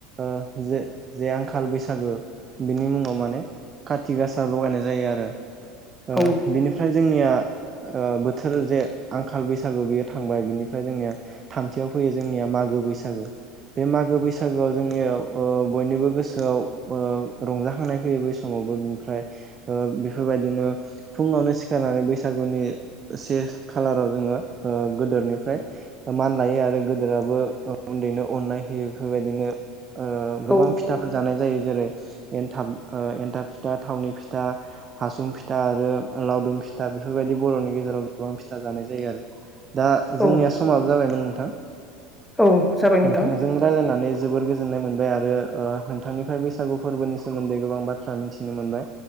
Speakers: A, on the right; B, in the centre.
A: ओ जे जे आंखाल बैसागो बिनि मुङाव माने कथि गासा लगायनाय जायो आरो ओ
B: औ
A: बिनिफ्राय जोंनिया ओ बोथोर जे आंखाल बैसागु बियो थांबाय बिनिफ ओमफ्राय जोंनिया थामथियाव फैयो जोंनिया मागो बैसागो बे मागो बैसागोआव जोंनियाव ओ बयनिबो गोसोआव ओ रंजाखांनाय फैयो बै समावबो बिनिफ्राय ओ बेफोर बायदिनो फुङावनो सिखारनानै बैसागुनि से खालाराव जोङो ओ गोदोर निफ्राय मान लायो आरो गोदोराबो उन्दैनो अननाय होयो बेफोरबायदिनो ओ गोबां
B: औ
A: फिथाफोर जानाय जायो जेरै एनथाब ओ एनथाब फिथा, थावनि फि था फिथा, हासुं फिथा आरो लावदुम फिथा बेफोरबायदि बर'नि गेजेराव गोबां फिथा जानाय जायो आरो दा
B: औ
A: जोंनिया समाबो जाबायमोन नोंथां।
B: औ जाबाय
A: नोंथांजों
B: नोंथां।
A: रायलायनानै जोबोर गोजोननाय मोनबाय आरो ओ नोंथांनिफ्राय बैसागु फोरबोनि सोमोन्दै गोबां बाथ्रा मिथिनो मोनबाय।